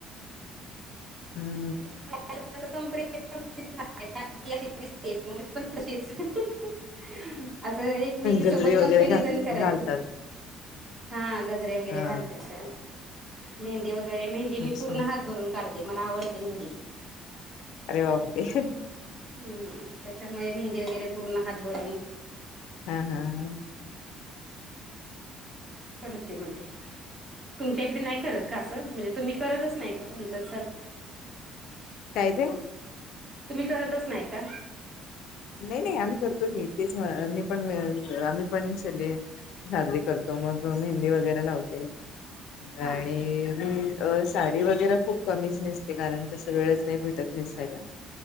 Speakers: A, on the left; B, on the right.
A: हम्म.
B: <unintelligible> असं एकमेकीसोबत
A: गजरे वगैरे
B: कंपेरिझन
A: घात
B: करायचं.
A: घालतात
B: हा गजरे वगैरे
A: हा
B: घालता येत. मेहंदी वगैरे मेहंदी
A: अच्छा
B: मी पूर्ण हात भरून काढते मला आवडते मेहंदी
A: अरे बापरे
B: हम्म, त्याच्यामुळे मेहंदी वगैरे पूर्ण हात भरून
A: हा हा हा.
B: करते म्हणजे तुमच्या इकडे नाही करत का असं म्हणजे तुम्ही करतच नाही का कोणत सण?
A: काय ते?
B: तुम्ही करतच नाही का?
A: नाही नाही आम्ही करतो की तेच अ मी पण अ आम्ही पण सगळे साजरी करतो मग मेहंदी वगैरे लावते
B: हा
A: आणि मी अ साडी वगैरे खूप कमीच नेसते कारण तस वेळच नाही भेटत नेसायला